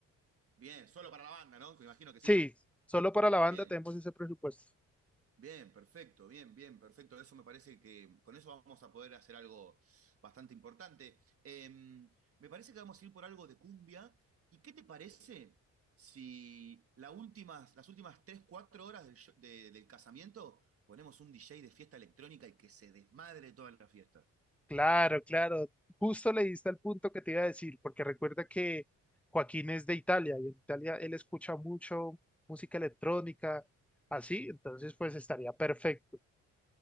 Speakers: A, on the right; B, in the centre.
A: Bien, solo para la banda, ¿no? Me imagino que
B: Sí,
A: sí.
B: solo para la banda
A: Bien.
B: tenemos ese presupuesto.
A: Bien, perfecto, bien, bien, perfecto. Eso me parece que con eso vamos a poder hacer algo bastante importante. Em, me parece que vamos a ir por algo de cumbia. ¿Y qué te parece si la últimas, las últimas 3 4 horas del, sho- de- del casamiento ponemos un DJ de fiesta electrónica y que se desmadre toda la fiesta?
B: Claro, claro. Justo le diste al punto que te iba a decir, porque recuerda que Joaquín es de Italia y en Italia él escucha mucho música electrónica, así, entonces pues estaría perfecto.